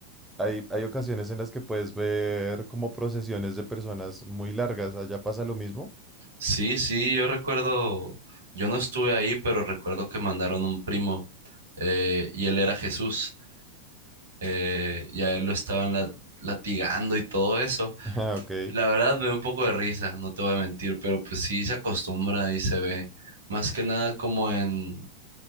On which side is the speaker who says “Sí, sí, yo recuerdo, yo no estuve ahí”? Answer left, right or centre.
Right